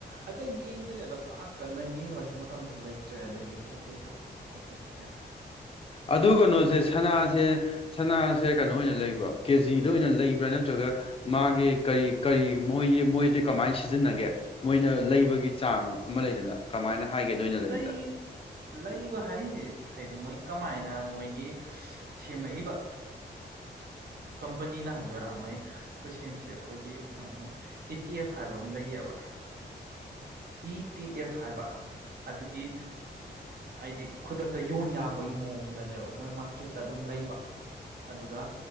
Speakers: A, on the right (about 60°); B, on the left (about 30°).
A: ꯑꯇꯩ ꯌꯦꯡꯗ꯭ꯔꯦꯗ ꯄꯥꯛ ꯀꯟꯅ ꯌꯦꯡꯕꯁꯨ ꯃꯇꯝꯁꯨ ꯂꯩꯇ꯭ꯔꯦ ꯑꯗꯒꯤ ꯀꯩ ꯀꯩ ꯇꯧꯁꯤꯜꯂꯦ ꯈꯣꯠꯆꯤꯜꯂꯦ ꯍꯥꯏꯗꯅ
B: ꯑꯗꯨ ꯀꯩꯅꯣꯁꯦ ꯁꯅꯥꯁꯦ ꯁꯅꯥ ꯁꯦ ꯀꯩꯅꯣ ꯑꯣꯏꯅ ꯂꯩꯕ꯭ꯔꯣ ꯀꯦꯖꯤꯗ ꯑꯣꯏꯅ ꯂꯩꯕ꯭ꯔꯥ ꯅꯠꯇ꯭ꯔꯒ ꯃꯥꯒꯤ ꯀꯔꯤ ꯀꯔꯤ ꯃꯣꯏꯒꯤ ꯃꯣꯏꯗꯤ ꯀꯃꯥꯏꯅ ꯁꯤꯖꯤꯟꯅꯒꯦ ꯃꯣꯏꯅ ꯂꯩꯕꯒꯤ ꯆꯥꯡ ꯑꯃ ꯂꯩꯗꯅ ꯀꯃꯥꯏꯅ ꯍꯥꯏꯒꯦ ꯅꯣꯏꯅ ꯂꯩꯕꯗ
A: ꯂꯩ ꯂꯩꯕ ꯍꯥꯏꯁꯦ ꯍꯥꯏꯗꯤ ꯃꯣꯏ ꯀꯃꯥꯏꯅ ꯃꯣꯏꯒꯤ ꯁꯦꯝꯃꯛꯏꯕ ꯀꯝꯄꯅꯤꯅ ꯍꯥꯏꯗꯣꯏꯔꯥ ꯃꯣꯏ ꯈꯨꯠꯁꯦꯝꯁꯦ ꯑꯩꯈꯣꯏꯒꯤ ꯃꯣꯏ ꯏ ꯇꯤ ꯑꯦꯐ ꯍꯥꯏꯕ ꯑꯃ ꯂꯩꯌꯦꯕ ꯏ ꯇꯤ ꯑꯦꯐ ꯍꯥꯏꯕ ꯑꯗꯨꯒꯤ ꯍꯥꯏꯗꯤ ꯈꯨꯗꯛꯇ ꯌꯣꯟ ꯌꯥꯕꯒꯤ ꯃꯑꯣꯡꯗꯅꯦꯕ ꯃꯣꯏ ꯃꯥꯔꯀꯦꯠꯇ ꯑꯗꯨꯝ ꯂꯩꯕ ꯑꯗꯨꯒ